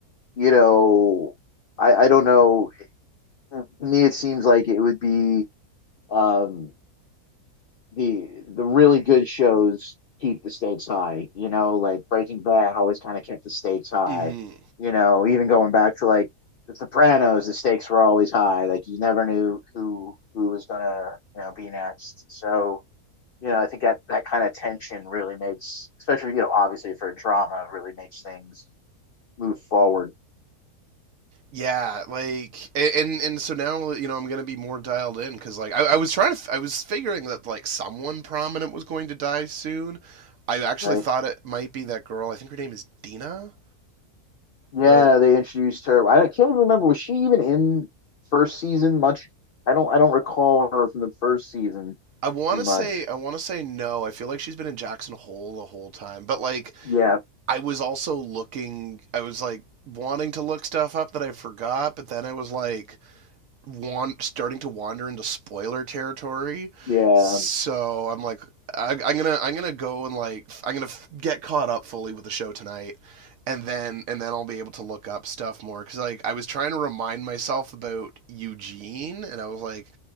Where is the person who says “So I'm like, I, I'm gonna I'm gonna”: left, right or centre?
Right